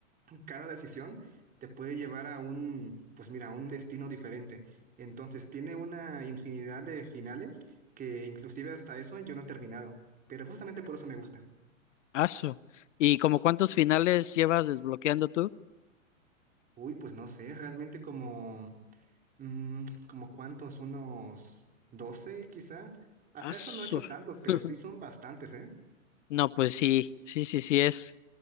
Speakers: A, on the right; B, on the left.
A: cada decisión te puede llevar a un, pues mira, a un destino diferente. Entonces tiene una infinidad de finales que inclusive hasta eso yo no he terminado, pero justamente por eso me gusta.
B: Asu. ¿Y como cuántos finales llevas desbloqueando tú?
A: Uy, pues no sé, realmente como, mm, como cuántos, unos 12 quizá. Hasta
B: Asu.
A: eso no he hecho tantos, pero
B: <laughs>
A: sí son bastantes, ¿eh?
B: No, pues sí, sí, sí, sí, es